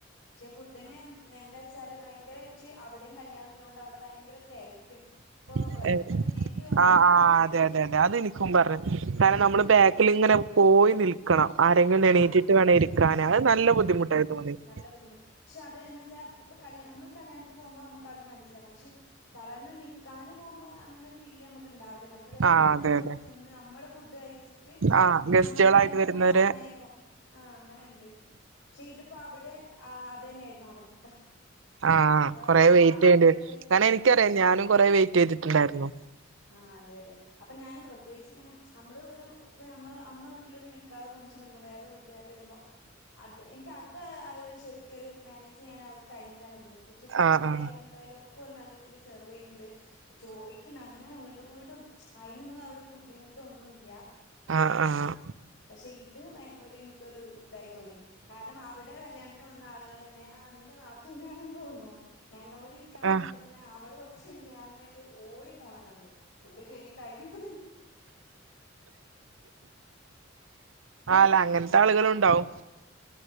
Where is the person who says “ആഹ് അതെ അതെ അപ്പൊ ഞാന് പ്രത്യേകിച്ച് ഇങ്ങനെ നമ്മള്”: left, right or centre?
Left